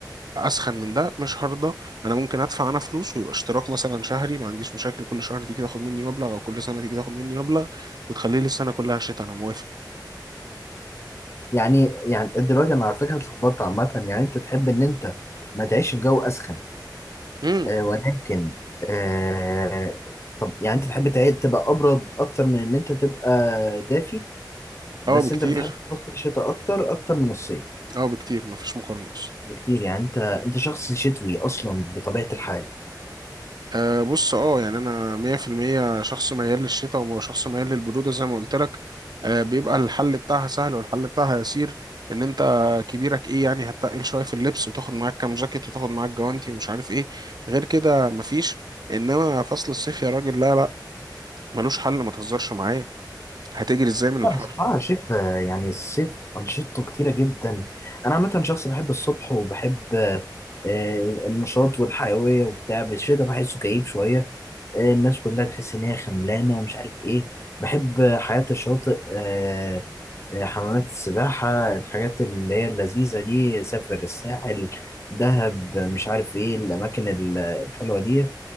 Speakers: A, on the right; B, on the left.
A: اسخن من ده مش هرضى انا ممكن ادفع انا فلوس ويبقى اشتراك مثلا شهري ما عنديش مشاكل كل شهر تيجي تاخد مني مبلغ او كل سنه تيجي تاخد مني مبلغ وتخلي لي السنه كلها شتاء انا موافق
B: يعني يعني دلوقتي انا على فكرة اتلخبطت عامة يعني انت تحب ان انت ما تعيش في جو اسخن
A: امم
B: آه، ولكن آه، طب يعني انت تحب تعي- تبقى ابرد اكتر من ان انت تبقى دافي بس
A: اه بكتير
B: انت بتحب فصل الشتاء اكتر اكتر من الصيف
A: اه بكتير مفيش مقارنه اصلا
B: بكتير يعني انت انت شخص شتوي اصلا بطبيعة الحال
A: أه بص اه يعني انا 100% شخص ميال للشتاء وشخص ميال للبرودة زي ما قلت لك أه بيبقى الحل بتاعها سهل والحل بتاعها يسير ان انت كبيرك ايه يعني هتقل شوية في اللبس وتاخد معاك كام جاكيت وتاخد معاك جوانتي ومش عارف ايه غير كده مفيش انما فصل الصيف يا راجل لا لا ملوش حل ما تهزرش معايا هتجري ازاي من
B: لا
A: الحر
B: بصراحة الصيف آه، يعني الصيف أنشطته كتيرة جدا أنا عامة شخص بحب الصبح وبحب آه، آه، النشاط والحيوية وبتاع بس الشتا بحسه كئيب شوية آه، الناس كلها تحس إن هي خملانة مش عارف إيه بحب آه، حياة الشاطئ آه، آه، حمامات السباحة الحاجات اللي هي اللذيذة دي سافر الساحل دهب مش عارف إيه الأماكن ال- الحلوة دي